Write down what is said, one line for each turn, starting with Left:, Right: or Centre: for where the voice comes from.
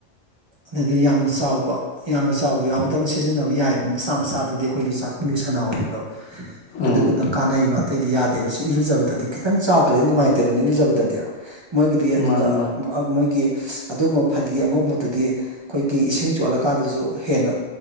Right: ꯑꯗꯨꯗ ꯌꯥꯝꯅ ꯆꯥꯎꯕ ꯌꯥꯝꯅ ꯆꯥꯎꯕ ꯌꯥꯎꯕꯗꯪ ꯁꯤꯖꯤꯟꯅꯕ ꯌꯥꯏꯕ ꯃꯆꯥ ꯃꯆꯥꯗꯨꯗꯤ ꯑꯩꯈꯣꯏꯒꯤ ꯆꯥꯛꯈꯨꯝꯒꯤ ꯁꯅꯥ ꯑꯣꯏꯕꯗꯣ
Left: ꯎꯝ
Right: ꯑꯗꯨ ꯈꯛꯇꯪ ꯀꯥꯟꯅꯩꯕ ꯑꯇꯩꯗꯤ ꯌꯥꯗꯦꯕ ꯁꯤ ꯏꯔꯨꯖꯕꯗꯗꯤ ꯈꯤꯇꯪ ꯆꯥꯎꯗ꯭ꯔꯗꯤ ꯅꯨꯡꯉꯥꯏꯇꯦꯗꯅꯤ ꯏꯔꯨꯖꯕꯗꯗꯤ ꯃꯣꯏꯒꯤꯗꯤ ꯑꯗꯨꯗ
Left: ꯃꯥꯅꯤ ꯃꯥꯅꯤ
Right: ꯃꯣꯏꯒꯤ ꯑꯗꯨꯒꯨꯝꯕ ꯐꯗꯤ ꯑꯉꯧꯕꯗꯨꯗꯤ ꯑꯩꯈꯣꯏꯒꯤ ꯏꯁꯤꯡ ꯆꯣꯠꯂꯀꯥꯟꯗꯁꯨ ꯍꯦꯟꯅ